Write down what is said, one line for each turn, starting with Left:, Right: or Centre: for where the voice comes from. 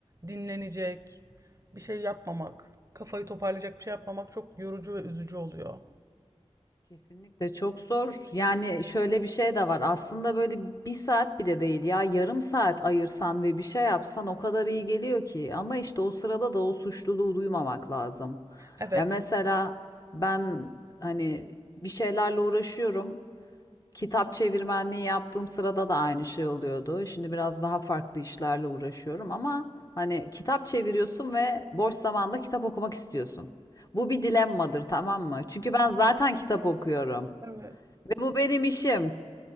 Right: dinlenecek, bir şey yapmamak, kafayı toparlayacak bir şey yapmamak çok yorucu ve üzücü oluyor.
Left: Kesinlikle çok zor. Yani şöyle bir şey de var. Aslında böyle bir saat bile değil ya yarım saat ayırsan ve bir şey yapsan o kadar iyi geliyor ki. Ama işte o sırada da o suçluluğu duymamak lazım.
Right: Evet.
Left: Ya mesela ben hani bir şeylerle uğraşıyorum. Kitap çevirmenliği yaptığım sırada da aynı şey oluyordu. Şimdi biraz daha farklı işlerle uğraşıyorum ama hani kitap çeviriyorsun ve boş zamanda kitap okumak istiyorsun. Bu bir dilemmadır, tamam mı? Çünkü ben zaten kitap okuyorum
Right: Evet.
Left: ve bu benim işim.